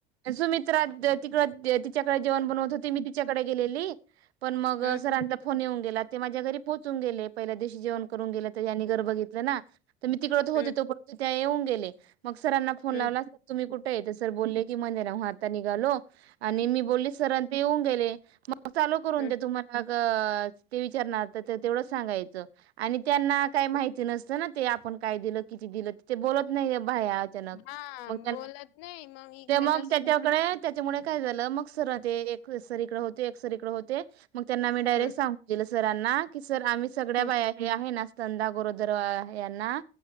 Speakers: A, on the right; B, on the left.
A: सुमित्रा तिकड तिच्याकडे जेवण बनवत होते मी तिच्याकडे गेलेली पण मग.
B: हम्म
A: सरांचा फोन येऊन गेला ते माझ्या घरी पोहोचून गेले पहिल्या देशी जेवण करून गेले तर त्यां गर ब घेतलं ना तर मी तिकड तर होते.
B: हम्म
A: येऊन गेले मग सरांना फोन
B: हम्म
A: लावलार तुम्ही कुठे य सर बोलले. हा आता निघालो आणि मी बोलो सरआणि ते येऊन गेले. चालू करून
B: हम्म
A: दे तुम्हाला ते विचारणार तेवढंच सांगायचं आणि त्यांना काय माहिती नसत. य ना ते आपण काय दिलं किती दिलं ते बोलत. नाही बा्या अचानक
B: हा
A: मग त्यांना.
B: बोलत नाही मग इकडे
A: ते मग
B: तस
A: त्याच्याकडे त्याच्यामुळे काय झालं मग सरा ते एक सर इकड होते एक सर इकड होते मग त्यांना मी
B: हम्म
A: डायरेक्ट सांगितलेलं सरांना की सर आम्ही सगळ्या
B: हम्म
A: बाया बिया हे आहे ना चंदा गोरोदर यांना